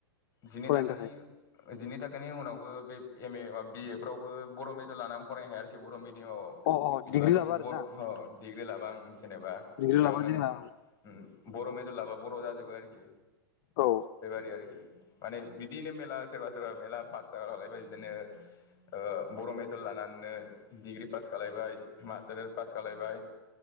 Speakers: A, on the left; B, on the left.
A: जिनै
B: फरायनो
A: थाखोनि
B: थाखाय
A: ओ जिनै थाखोनि उनावबो बे एम ए बा बि ए फ्रावबो बर' मेजर लानानै फरायनो हाया आरोखि बर' मे याव
B: अ अ
A: बिदिबा
B: डिग्रि
A: नों
B: लाबा आरो
A: बर'
B: ना
A: डिग्रि लाबा आं जेनेबा
B: डिग्रि
A: बेयाव
B: लाबा
A: नों
B: जेनेबा
A: उम बर' मेजर लाबा बर' जाजोबो आरोखि
B: औ
A: बेबायदि आरोखि माने बिदिनो मेला सोरबा सोरबा मेला पास जाखालायबाय बिदिनो ओ बर' मेजर लानानैनो डिग्रि पास खालायबाय मास्टारेर पास खालायबाय